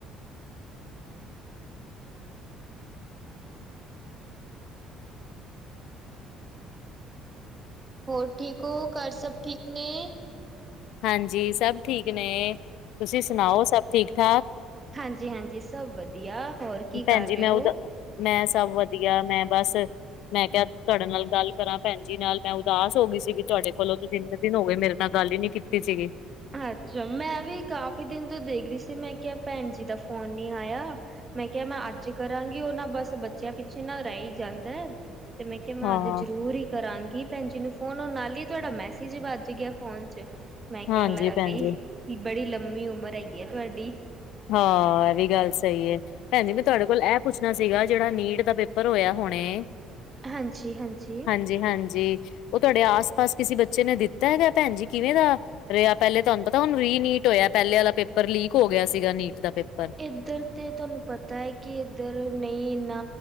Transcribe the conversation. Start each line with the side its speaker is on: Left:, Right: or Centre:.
Right: ਹੋਰ ਠੀਕ ਹੋ ਘਰ ਸਭ ਠੀਕ ਨੇ
Left: ਹਾਂਜੀ, ਸਭ ਠੀਕ ਨੇ ਤੁਸੀਂ ਸੁਣਾਓ ਸਭ ਠੀਕ ਠਾਕ।
Right: ਹਾਂਜੀ ਹਾਂਜੀ ਸਭ ਵਧੀਆ ਹੋਰ ਕੀ
Left: ਭੈਣਜੀ
Right: ਕਰ ਰਹੇ
Left: ਮੈਂ
Right: ਹੋ?
Left: ਉਦਾ ਮੈਂ ਸਭ ਵਧੀਆ ਮੈਂ ਬਸ ਮੈਂ ਕਿਹਾ ਤੁਹਾਡੇ ਨਾਲ ਗੱਲ ਕਰਾਂ ਭੈਣੀ ਜੀ ਨਾਲ ਮੈਂ ਉਦਾਸ ਹੋ ਗਈ ਸੀ ਕਿ ਤੁਹਾਡੇ ਕੋਲੋਂ ਤੁਸੀਂ ਕਈ ਦਿਨ ਹੋ ਗਏ ਮੇਰੇ ਨਾਲ ਗੱਲ ਹੀ ਨੀ ਕੀਤੀ ਸੀਗੀ
Right: ਅੱਛਾ ਮੈਂ ਵੀ ਕਾਫ਼ੀ ਦਿਨ ਤੋਂ ਦੇਖ ਰਹੀ ਸੀ ਮੈਂ ਕਿਹਾ ਭੈਣ ਜੀ ਦਾ ਫੋਨ ਨੀ ਆਇਆ ਮੈਂ ਕਿਹਾ ਮੈਂ ਅੱਜ ਕਰਾਂਗੀ ਉਹ ਨਾ ਬਸ ਬੱਚਿਆਂ ਪਿੱਛੇ ਨਾ ਰਹਿ ਹੀ ਜਾਂਦਾ ਏ। ਤੇ ਮੈਂ ਕਿਹਾ ਮੈਂ
Left: ਹਾਂ।
Right: ਅੱਜ ਜ਼ਰੂਰੀ ਹੀ ਕਰਾਂਗੀ ਭੈਣਜੀ ਨੂੰ ਫੋਨ ਨਾਲ ਹੀ ਤੁਹਾਡਾ ਮੈਸੇਜ ਵੱਜ ਗਿਆ ਫੋਨ ਚੱ
Left: ਹਾਂਜੀ
Right: ਕਹਿ ਲੇ
Left: ਭੈਣ
Right: ਵੀ
Left: ਜੀ
Right: ਬੜੀ ਲੰਮੀ ਉਮਰ ਹੈਗੀ ਆ ਤੁਹਾਡੀ
Left: ਹਾਂ, ਐ ਵੀ ਗੱਲ ਸਹੀ ਏ। ਭੈਣ ਜੀ ਮੈਂ ਤੁਹਾਡੇ ਕੋਲ ਐ ਪੁੱਛ ਪੁੱਛਣਾ ਸੀਗਾ ਜਿਹੜਾ ਨੀਟ ਦਾ ਪੇਪਰ ਹੋਇਆ ਹੁਣੇ
Right: ਹਾਂਜੀ-ਹਾਂਜੀ।
Left: ਜੀ ਹਾਂਜੀ ਉਹ ਤੁਹਾਡੇ ਆਸ-ਪਾਸ ਕਿਸੇ ਬੱਚੇ ਨੇ ਦਿੱਤਾ ਹੈਗਾ ਭੈਣ ਜੀ ਕਿਵੇਂ ਦਾ। ਰਿਹਾ ਪਹਿਲੇ ਤੁਹਾਨੂੰ ਪਤਾ ਹੁਣ ਰੀਨੀਟ ਹੋਇਆ ਪਹਿਲੇ ਆਲਾ ਪੇਪਰ ਲੀਕ ਹੋ ਗਿਆ ਸੀਗਾ ਨੀਟ ਦਾ ਪੇਪਰ।
Right: ਇੱਧਰ ਤੇ ਤੁਹਾਨੂੰ ਪਤਾ ਹੈ ਕਿ ਇੱਧਰ ਨਹੀਂ ਇੰਨਾ